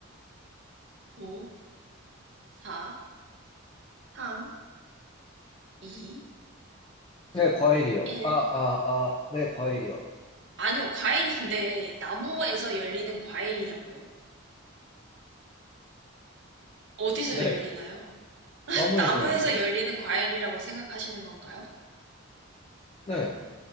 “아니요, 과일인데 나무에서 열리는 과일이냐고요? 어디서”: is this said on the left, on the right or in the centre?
Right